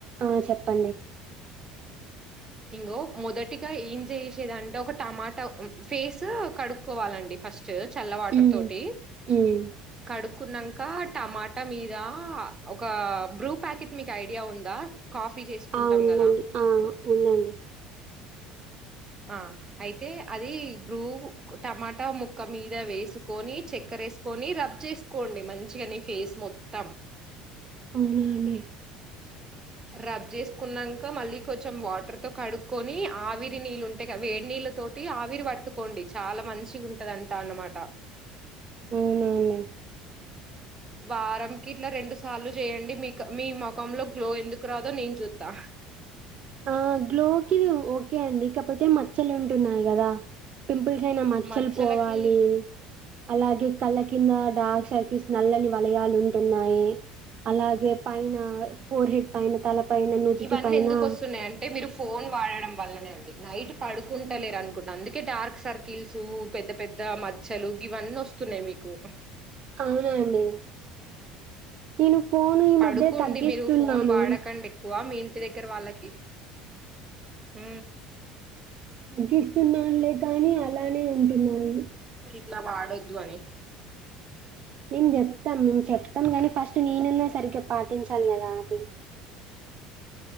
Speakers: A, on the right (about 45°); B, on the right (about 20°).
A: ఆ చెప్పండి
B: ఇంగో మొదటిగా ఏం చేసిరంటే ఒక టమాటా ఫేస్ కడుక్కోవాలండి ఫస్ట్ స్ చల్ల వాటర్
A: హ్మ్
B: తొటి
A: హ్మ్
B: కడు కున్నాక టమాటా మీద ఒక బ్రూ ప్యాకెట్ మీకు ఐడియా ఉందా కాఫీ చేసుకుంటాం
A: ఆ ఉందండి
B: కదా
A: ఆ ఉందండి
B: ఆ అయితే అది బ్రూ టమాటా ముక్క మీద వేసుకొని, చక్కర వేసుకొని రబ్ చేసుకోండి. మంచిగా నీ ఫేస్ మొత్తం.
A: అవునా అండి
B: రబ్ చేసుకున్నంక, మళ్ళీ కొంచెం వాటర్తో కడుక్కొని, ఆవిరి నీళ్ళు ఉంటాయి కదా. వేడి నీళ్ళ తోటి ఆవిరి పట్టుకోండి. చాలా మంచిగ ఉంటది అంటా అన్నమాట.
A: అవును అవునే
B: వారంకి ఇట్లా రెండు సార్లు జేయండి. మీకు మీ ముఖంలో గ్లో ఎందుకు రాదో నేను చూత్తా.
A: ఆ గ్లోకిఓ ఓకే అండి కాకపోతే మచ్చలు ఉంటున్నాయి కదా పింపుల్స్ అయినా మచ్చలు
B: మచ్చలకి
A: పోవాలి అలాగే కళ్ళ కింద డార్క్ సర్కిల్స్ నల్లని వలయాలు ఉంటున్నాయి. అలాగే పైన ఫోర్ హెడ్ పైన తల పైన నుదుటి
B: ఇవన్నీ
A: పైనా
B: ఎందుకు వస్తున్నాయి అంటే మీరు ఫోన్ వాడడం వల్లనే అండి. నైట్ పడుకుంటలేర అనుకుంటు అందుకే డార్క్ సర్కిల్స్ పెద్ద పెద్ద మచ్చలు ఇవన్నీ వస్తున్నాయి మీకు.
A: అవునా అండి నేను ఫోను ఈ
B: పడుకోండి
A: మధ్య తగ్గిస్తున్నాను
B: మీరు ఫోన్ వాడకండి ఎక్కువ మీ ఇంటి దగ్గర వాళ్ళకి ఊ
A: తగ్గిస్తున్నానులే కానీ అలానే ఉంటున్నాయి.
B: ఇలా వాడొద్దు అని
A: మేము చెప్తాం చెప్ తాం కానీ ఫస్ట్ నేనన్నా సరిగ్గా పాటించాలి కదా అవి